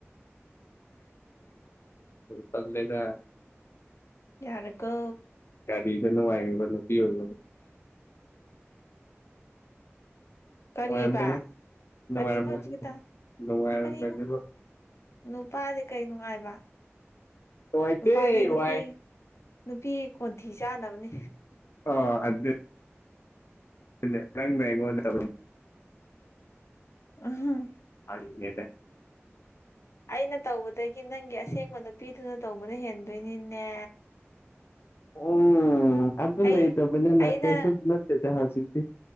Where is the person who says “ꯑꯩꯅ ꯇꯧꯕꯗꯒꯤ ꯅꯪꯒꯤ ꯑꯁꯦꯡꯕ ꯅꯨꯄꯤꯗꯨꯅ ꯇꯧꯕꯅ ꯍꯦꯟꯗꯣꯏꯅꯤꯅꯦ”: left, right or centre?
Left